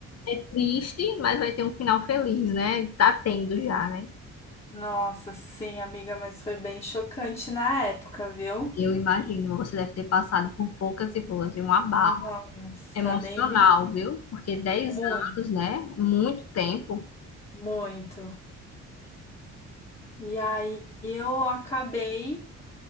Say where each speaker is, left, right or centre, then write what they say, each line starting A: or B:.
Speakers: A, on the left; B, on the left.
A: É triste, mas vai ter um final feliz, né? Tá tendo já, né?
B: Nossa, sim, amiga, mas foi bem chocante na época, viu?
A: Eu imagino, você deve ter passado por poucas e boas e um abalo
B: Nossa,
A: emocional,
B: nem me.
A: viu? Porque dez
B: Muito,
A: anos, né? Muito tempo.
B: muito. E aí eu acabei